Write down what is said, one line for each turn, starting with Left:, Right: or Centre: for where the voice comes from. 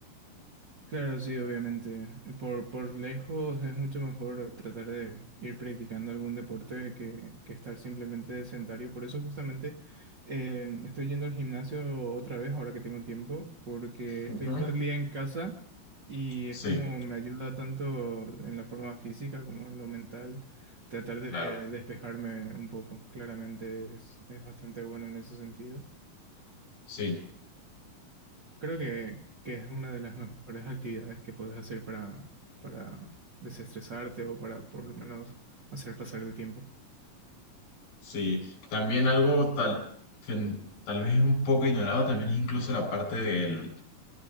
Right: Claro, sí, obviamente. Eh, Por, por lejos es mucho mejor tratar de ir practicando algún deporte que, que estar simplemente sedentario. Por eso justamente eh, estoy yendo al gimnasio otra vez ahora que tengo tiempo, porque
Left: Ujú.
Right: estoy todo el día en casa y
Left: Sí,
Right: es como me ayuda tanto en la forma física como en lo mental tratar de
Left: claro.
Right: despejarme un poco. Claramente es, es bastante bueno en ese sentido.
Left: Sí,
Right: Creo que, que es una de las mejores actividades que puedes hacer para, para desestresarte o para por lo menos hacer pasar el tiempo.
Left: Sí, también algo tal que n- tal vez es un poco ignorado también es incluso la parte del